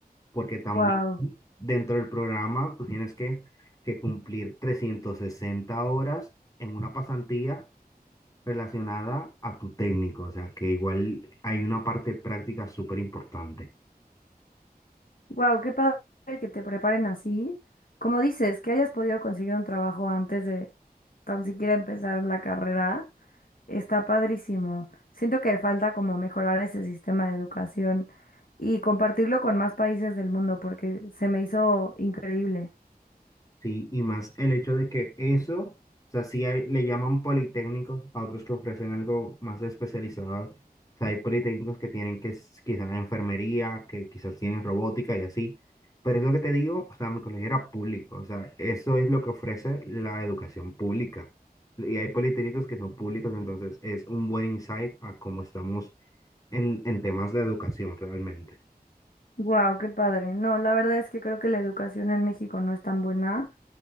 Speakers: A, on the left; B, on the left.
A: porque también
B: Wow.
A: dentro del programa tú tienes que, que cumplir 360 horas en una pasantía relacionada a tu técnico, o sea que igual hay una parte práctica súper importante.
B: Wow, qué padre que te preparen así. Como dices, que hayas podido conseguir un trabajo antes de tan siquiera empezar la carrera, está padrísimo. Siento que falta como mejorar ese sistema de educación y compartirlo con más países del mundo porque se me hizo increíble.
A: Sí, y más el hecho de que eso, o sea, sí hay- le llaman politécnicos a otros que ofrecen algo más especializado. O sea, hay politécnicos que tienen que s- quizás enfermería, que quizás tienen robótica y así. Pero eso que te digo, o sea, mi colegio era público. O sea, eso es lo que ofrece la educación pública. Y hay politécnicos que son públicos, entonces es un buen insight a cómo estamos en, en temas de educación realmente.
B: Wow, qué padre. No, la verdad es que creo que la educación en México no es tan buena